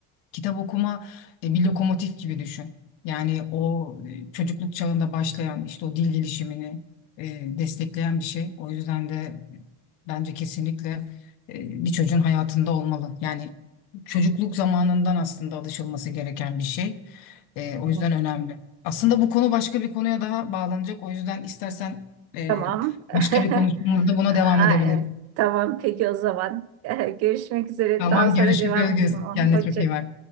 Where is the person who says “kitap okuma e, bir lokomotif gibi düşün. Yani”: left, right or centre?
Left